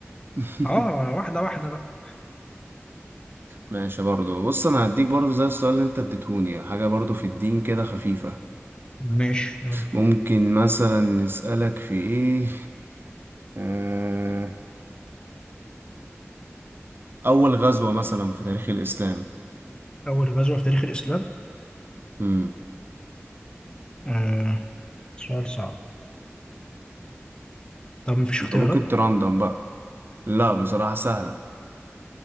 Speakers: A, on the right (about 50°); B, on the left (about 20°).
A: <laughs>
B: اه واحدة واحدة بقى
A: ماشي برضو بص أنا هديك برضو زي السؤال اللي أنت اديتهوني حاجة برضو في الدين كده خفيفة
B: ماشي يلا
A: ممكن مثلا نسألك في إيه آه، أول غزوة مثلا في تاريخ الإسلام
B: اول غزوة في تاريخ الاسلام
A: مم.
B: آه سؤال صعب طب مفيش اختيارات
A: أنت ممكن تراندم بقى لا بصراحة سهلة